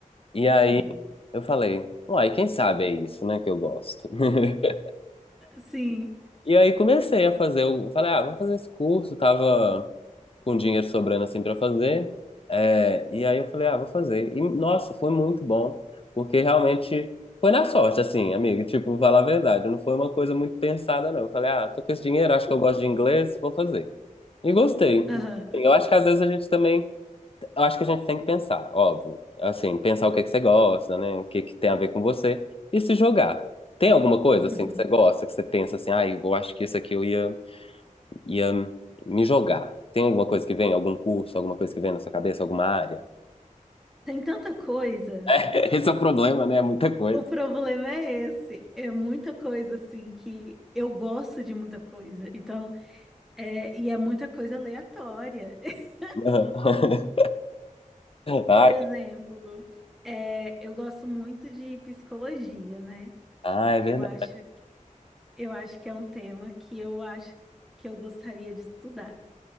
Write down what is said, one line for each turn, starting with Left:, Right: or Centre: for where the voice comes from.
Left: E aí
Centre: sei.
Left: eu falei, uai, quem sabe é isso, né, que eu gosto. <laughs>
Centre: Sim.
Left: E aí comecei a fazer, eu falei, ah, vou fazer esse curso, tava com dinheiro sobrando assim pra fazer. É, e aí eu falei, ah, vou fazer. E nossa, foi muito bom, porque realmente foi na sorte, assim, amiga, tipo, falar a verdade, não foi uma coisa muito pensada, não. Eu falei, ah, tô com esse dinheiro, acho que eu gosto de inglês, vou fazer. E gostei.
Centre: Aham.
Left: Assim, Eu acho que às vezes a gente também eu acho que a gente tem que pensar, óbvio. Assim, pensar o que é que você gosta, né? O que é que tem a ver com você e se jogar. Tem alguma coisa assim
Centre: Uhum.
Left: que você gosta, que você pensa assim, ai, eu acho que isso aqui eu ia, ia me jogar. Tem alguma coisa que vem, algum curso, alguma coisa que vem na sua cabeça, alguma área?
Centre: Tem tanta coisa.
Left: <laughs> Esse é o problema, né? É muita coisa.
Centre: O problema é esse. É muita coisa, assim, que eu gosto de muita coisa. Então, é, e é muita coisa aleatória. <laughs>
Left: <laughs> Ai,
Centre: Por exemplo, é, eu gosto muito de psicologia, né?
Left: ah, é verdade.
Centre: Eu acho Eu acho que é um tema que eu acho que eu gostaria de estudar.